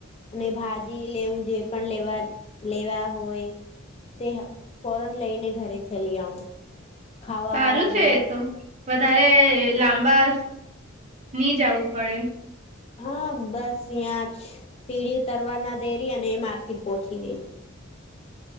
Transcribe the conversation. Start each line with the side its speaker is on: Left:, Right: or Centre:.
Left: અને ભાજી લેવું જે પણ લેવા લેવા હોય. તે પોરન લઈને ઘરે, ચલી આવું ખાવા
Right: સારું
Left: વાળા
Right: છે
Left: બહ
Right: એ તો વધારે લાંબા નહી જવું પડે
Left: હા, બસ યાં સીડી ઉતરવા ના દેરી અને માર્કેટ પોહોંચી ગઈ